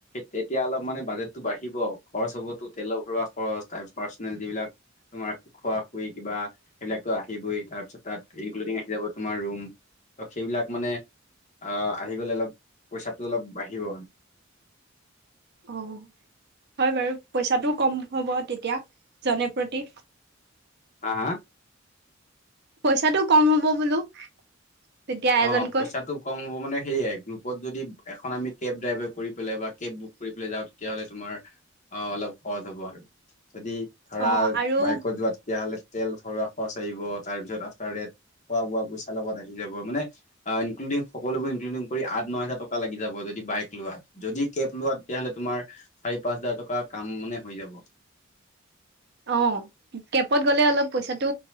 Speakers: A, on the left; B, on the right.
A: তেতিয়া অলপ মানে বাজেটটো বাঢ়িব। খৰচ হ'বতো, তেলৰ ভৰোৱা খৰচ, পাৰ্চনেল যিবিলাক তোমাৰ খোৱা ই কিবা সেইবিলাকো আহিবই, তাৰপিছত তাত ইনক্লুডিং আহি যাব তোমাৰ ৰুম ত সেইবিলাক মানে আহ আহি গলে অলপ পইচাটো অলপ বাঢ়িব
B: অ হয় বাৰু পইচাটোও ক'ম হ'ব তেতিয়া জনে প্ৰতি।
A: হা হা
B: পইচাটো কম হ'ব বোলো। তেতিয়া এজনকৈ
A: অ পইচাটো কম হ'ব মানে সেয়াই গ্ৰুপত যদি এখন আমি কেব ড্ৰাইভাৰ কৰি পেলাই বা কেব বুক কৰি পেলাই যাওঁ তেতিয়াহ'লে তোমাৰ অ অলপ সহজ হ'ব আৰু যদি ধৰা
B: অ আৰু
A: বাইকত যোৱা তেতিয়াহ'লে তেল ভৰা খৰচ আহিব তাৰ পিছত আফটাৰ দেট খোৱা বোৱা পইচা লগত আহি যাব মানে ইনক্লুডিং সকলোবোৰ ইনক্লুডিং কৰি আঠ ন হাজাৰ টকা লাগি যাব যদি বাইক লোৱা। যদি কেব লোৱা তেতিয়া হ'লে তোমাৰ চাৰি পাঁচ হাজাৰ টকাৰ কাম মানে হৈ যাব।
B: অ কেবত গ'লে অলপ পইচাটো